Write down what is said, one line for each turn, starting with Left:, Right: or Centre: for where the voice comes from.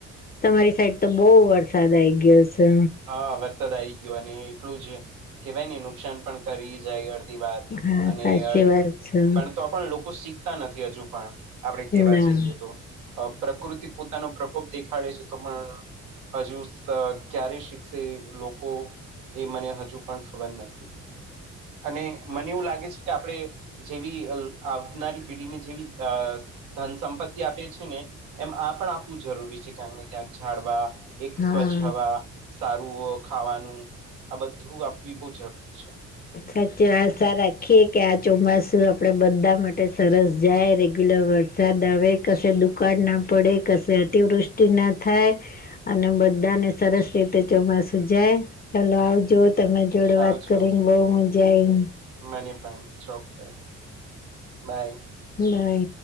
Left: તમારી સાઈડ તો બહુ વરસાદ આઈ ગયો છે.
Right: હા વરસાદ આ આવી ગયો અને એટલું જ કેહેવાય ને નુકસાન પણ કરી જાય.
Left: હા
Right: અને
Left: સાચી વાત છે
Right: પણ તો પણ લોકો શીખ. નથી હજુ પણ આપડે કેવા
Left: ના
Right: જઈએ તો. પ્રકૃતિ પોતાનો પ્રકોપ દેખાડે છે તો પણ હજુ ક્યારે. શ લોકો એ મને હજુ પણ ખબર નથી. અને મને એવું લાગે છે કે આપડે. જેવી આવનારી પેઢીને જેવી. ધન સંપત્તિ આપે છે ને એમ આ પણ આપવું જરૂરી છે ક્યાંક ને ક્યાંક જાડવા. એક
Left: હા
Right: સ્વચ્છ હવા સારું ખાવાનું આ બધું આપવી બહુ જરૂર છે.
Left: સાચી આશા રાખીએ કે આ ચોમાસું આપડે બધા માટે સરસ જાય રેગ્યુલર વર્ષ. વસાદ આવે ક દુકાળ ના પડે કશે અતિવૃષ્ટિ ના થાય. અને બધાને સરસ રીતે ચોમાસું જાય ચાલો આવજો. તમારી જોડે વાત
Right: આવજો
Left: કરીને બહુ મજા આવીય ને.
Right: મને પણ ચોક્કસ બાય.
Left: ના.